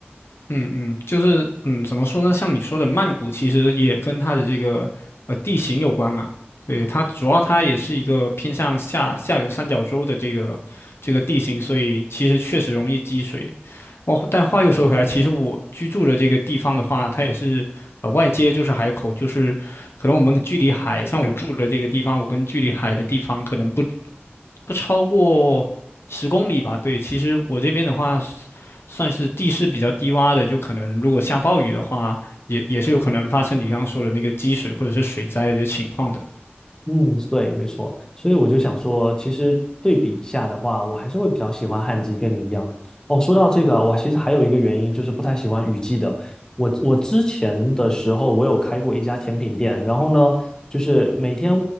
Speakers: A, on the left; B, on the left.
A: 嗯嗯，就是嗯，怎么说呢？像你说的，曼谷其实也跟它的这个呃地形有关嘛。对，它主要它也是一个偏向下下游三角洲的这个这个地形，所以其实确实容易积水。哦，但话又说回来，其实我居住的这个地方的话，它也是呃外接就是海口，就是可能我们距离海，像我住的这个地方，我跟距离海的地方可能不不超过十公里吧。对，其实我这边的话。算是地势比较低洼的，就可能如果下暴雨的话，也也是有可能发生你刚刚说的那个积水或者是水灾的这情况的。
B: 嗯，对，没错。所以我就想说，其实对比一下的话，我还是会比较喜欢旱季，跟你一样。哦，说到这个啊，我其实还有一个原因，就是不太喜欢雨季的。我我之前的时候，我有开过一家甜品店，然后呢，就是每天